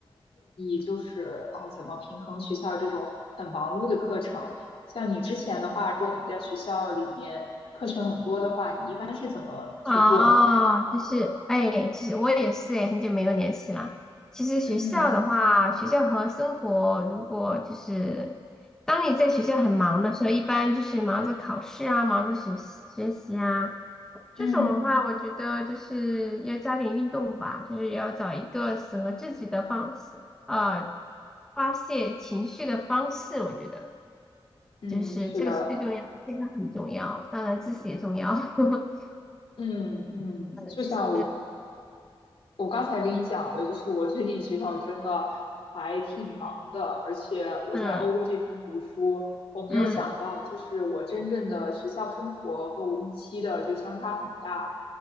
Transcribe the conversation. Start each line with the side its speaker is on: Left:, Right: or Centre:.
Left: 就是哦，呃怎么平衡学校这种很忙碌的课程。像你之前的话，如果你在学校里面课程很多的话，你一般是怎么去做呢？
Centre: 哦，就是，哎，其实我也是，哎，很久没有联系了。其实学校的话，
Left: 嗯
Centre: 学校和生活，如果就是，当你在学校很忙的时候，一般就是忙着考试啊，忙着学习学习啊，这种的话，
Left: 嗯
Centre: 我觉得就是要加点运动吧，就是要找一个适合自己的方式，呃，发泄情绪的方式，我觉得
Left: 嗯，
Centre: 就是这个是最重要的，
Left: 是的，
Centre: 健康很重要，当然知识也重要。<laughs>
Left: 嗯嗯，就像我。
Centre: 就是。
Left: 我刚才跟你讲的，就是我最近学校真的还挺忙的，而且我在欧洲这边读书，
Centre: 嗯
Left: 我没有想到，
Centre: 嗯，
Left: 就是我真正的学校生活和我预期的就相差很大。